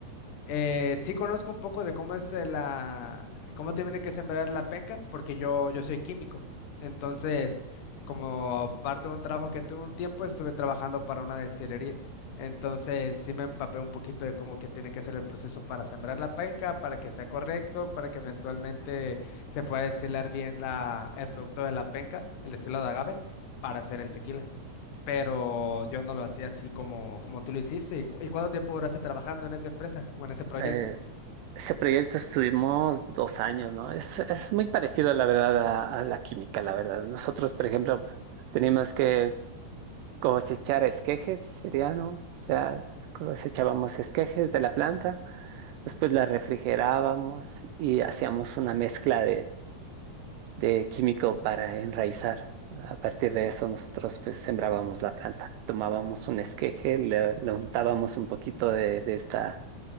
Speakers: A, on the left; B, on the right.
A: Eh, sí conozco un poco de cómo es eh, la, cómo tiene que sembrar la penca, porque yo, yo soy químico. Entonces, como parte de un trabajo que tuve un tiempo, estuve trabajando para una destilería. Entonces, sí me empapé un poquito de cómo que tiene que ser el proceso para sembrar la penca, para que sea correcto, para que eventualmente se pueda destilar bien la, el producto de la penca, el destilado de agave, para hacer el tequila pero yo no lo hacía así como, como tú lo hiciste. ¿Y, cu- y cuánto tiempo duraste trabajando en esa empresa o en ese proyecto?
B: Eh, ese proyecto estuvimos dos años, ¿no? Es, es muy parecido, la verdad, a, a la química, la verdad. Nosotros, por ejemplo, teníamos que cosechar esquejes, sería, ¿no? O sea, cosechábamos esquejes de la planta, después la refrigerábamos y hacíamos una mezcla de químico para enraizar. A partir de eso nosotros pues sembrábamos la planta, tomábamos un esqueje, le, le untábamos un poquito de, de esta,